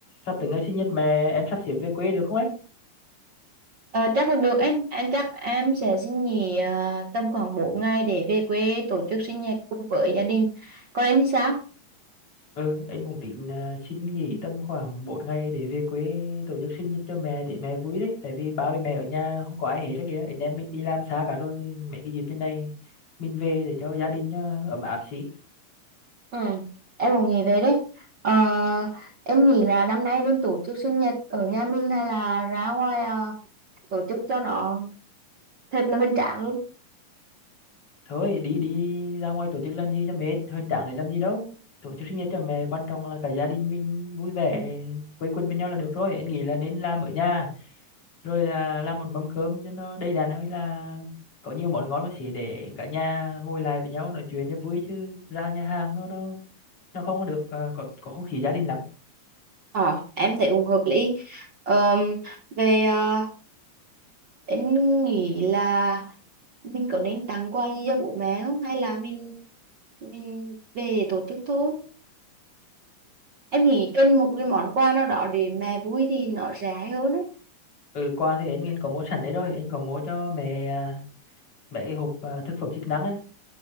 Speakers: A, on the left (about 45°); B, on the right (about 45°).
A: sắp tới ngày sinh nhật mẹ em sắp xếp về quê được không em?
B: Ờ, chắc là được em anh chắc em sẽ xin nghỉ ờ, tầm khoảng 4 ngày để về quê tổ chức sinh nhật cùng với gia đình còn em thì sao
A: ừ anh cũng tính à, xin nghỉ tầm khoảng bốn ngày để về quê tổ chức sinh nhật cho mẹ để mẹ vui đấy tại vì ba với mẹ ở nhà không có ai hết đấy kìa anh em mình đi làm xa cả rồi mấy cái dịp như này mình về để cho gia đình nó ấm áp xí
B: ừ em cũng nghỉ về đấy Ờ, em nghĩ là năm nay nên tổ chức sinh nhật ở nhà mình hay là ra ngoài ờ, tổ chức cho nó thật là hoành tráng luôn
A: thôi đi đi ra ngoài tổ chức làm gì cho mệt hơn chẳng để làm gì đâu tổ chức sinh nhật cho mẹ quan trọng là cả gia đình mình vui vẻ quây quần bên nhau là được rồi anh nghĩ là nên làm ở nhà rồi là làm một mâm cơm cho nó đầy đặn hay là có nhiều món ngon mà chỉ để cả nhà ngồi lại với nhau nói chuyện cho vui chứ ra nhà hàng nó nó nó không có được ờ, có có không khí gia đình lắm
B: Ờ, em thấy cũng hợp lý Ờm, về ờ, em nghĩ là mình có nên tặng quà gì cho bố mẹ không hay là mình mình về tổ chức thôi em nghĩ cần một cái món quà nào đó để mẹ vui thì nó rẻ hơn á
A: ừ quà thì anh anh có mua sẵn đấy rồi anh có mua cho mẹ à, mấy cái hộp à, thực phẩm chức năng á